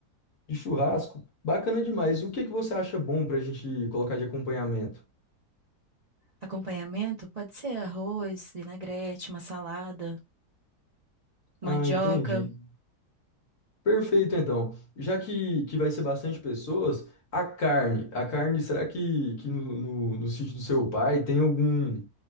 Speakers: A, on the left; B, on the right.
A: De churrasco? Bacana demais. O que que você acha bom pra gente colocar de acompanhamento?
B: Acompanhamento pode ser arroz, vinagrete, uma salada, mandioca.
A: Ah, entendi. Perfeito, então. Já que, que vai ser bastante pessoas, a carne. A carne, será que, que no, no, no sítio do seu pai tem algum